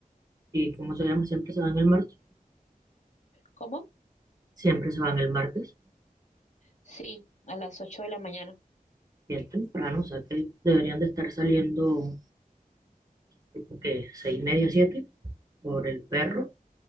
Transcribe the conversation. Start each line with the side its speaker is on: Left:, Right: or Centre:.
Right: ¿Y cómo se llama? ¿Siempre se van el martes?
Left: ¿Cómo?
Right: Siempre se van el martes.
Left: Sí, a las 8 de la mañana.
Right: Bien temprano, o sea que deberían de estar saliendo, tipo que seis y media, siete, por el perro.